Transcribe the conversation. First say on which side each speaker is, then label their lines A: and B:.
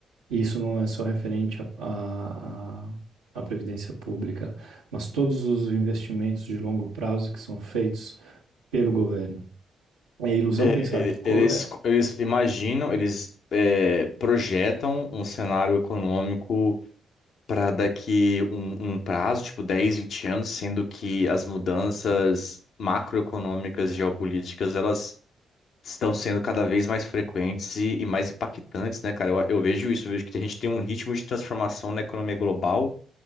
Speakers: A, on the right (about 85°); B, on the left (about 60°).
A: E isso não é só referente à à- à- à previdência pública, mas todos os investimentos de longo prazo que são feitos pelo governo. É ilusão
B: É,
A: pensar que.
B: e-
A: co-
B: Eles,
A: é-
B: eles imaginam, eles é, projetam um cenário econômico para daqui um, um prazo, tipo 10, 20 anos, sendo que as mudanças macroeconômicas geopolíticas, elas estão sendo cada vez mais frequentes e, e mais impactantes, né, cara? Eu, eu vejo isso, eu vejo que a gente tem um ritmo de transformação na economia global